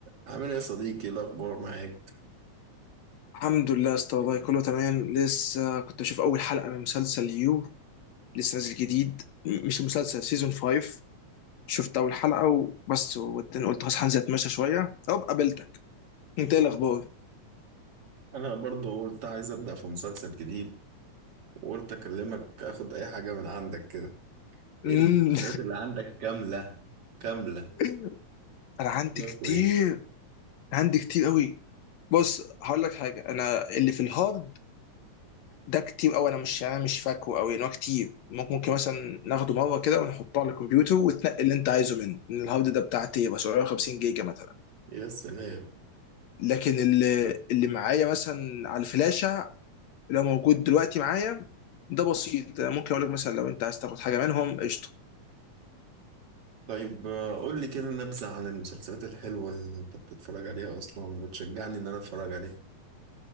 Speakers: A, on the right (about 55°); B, on the left (about 70°).
A: عامل ايه يا صديقي إيه الاخبار معاك
B: الحمد لله يا اسطى والله كله تمام لسه كنت بشوف اول حلقه من مسلسل يو لسه نازل جديد م- مش مسلسل سيزون 5 شفت اول حلقه وبس وبعدين قلت خلاص هنزل اتمشى شويه او قابلتك انت ايه الاخبار
A: انا برضو قلت عايز ابدا في مسلسل جديد وقلت اكلمك اخد اي حاجه من عندك كده
B: مم.
A: ايه المسلسلات اللي عندك كامله كامله
B: <laughs> انا عندي
A: ده
B: كتير
A: كويس
B: عندي كتير قوي بص هقول لك حاجه انا اللي في الهارد ده كتير قوي انا مش انا مش فاكره قوي ان هو كتير ممكن ممكن مثلا ناخده مره كده ونحطه على الكمبيوتر وتنقي اللي انت عايزه منه إن الهارد ده بتاع تيرا 750 جيجا مثلا
A: يا سلام
B: لكن اللي اللي معايا مثلا على الفلاشه اللي هو موجود دلوقتي معايا ده بسيط ممكن اقول لك مثلا لو انت عايز تاخد حاجه منهم قشطه
A: طيب آه، قول لي كده نبذه عن المسلسلات الحلوه اللي انت بتتفرج عليها اصلا وتشجعني ان انا اتفرج عليها